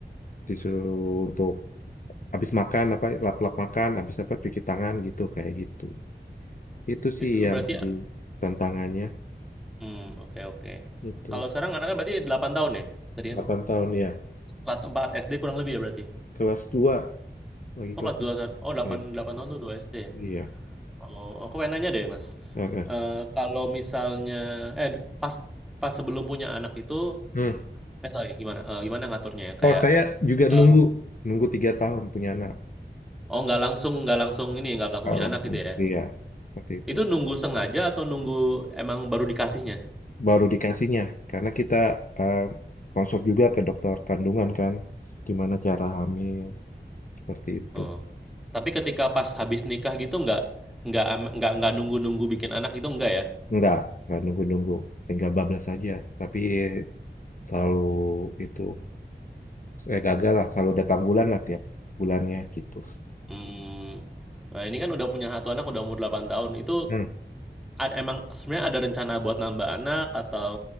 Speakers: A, on the left; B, in the centre.
A: tisu untuk habis makan apa lap-lap makan habis apa cuci tangan gitu kayak gitu itu sih
B: itu
A: yang
B: berarti
A: jadi tantangannya
B: Hmm oke oke.
A: itu
B: Kalau sekarang anaknya berarti 8 tahun ya? Tadi
A: delapan
B: kan
A: tahun ya
B: kelas 4 SD kurang lebih ya berarti?
A: kelas dua lagi
B: Oh
A: kelas
B: kelas 2 sekarang? Oh 8
A: iya
B: 8 tahun tuh 2 SD ya?
A: iya
B: Oh, aku pengen nanya deh Mas,
A: Oke.
B: eee, kalau misalnya eh, pas pas sebelum punya anak itu
A: Hmm.
B: eh, sorry gimana, eee, gimana ngaturnya ya?
A: Kalau
B: Kayak,
A: saya juga
B: eee,
A: nunggu, nunggu tiga tahun punya anak
B: oh nggak langsung nggak langsung ini, nggak langsung
A: Ah,
B: punya
A: langsung,
B: anak gitu ya?
A: iya, seperti itu.
B: Itu nunggu sengaja atau nunggu emang baru dikasihnya?
A: Baru dikasihnya, karena kita eh, konsul juga ke dokter kandungan kan, gimana cara hamil seperti itu.
B: Oh. Tapi ketika pas habis nikah gitu nggak nggak ama nggak nggak nunggu-nunggu bikin anak gitu enggak ya?
A: Enggak, enggak nunggu-nunggu, tinggal bablas aja. Tapi selalu itu, saya gagal lah, selalu datang bulan lah tiap bulannya gitu.
B: Mmm, nah ini kan udah punya satu anak udah umur 8 tahun, itu
A: Hmm.
B: ad emang sebenarnya ada rencana buat nambah anak atau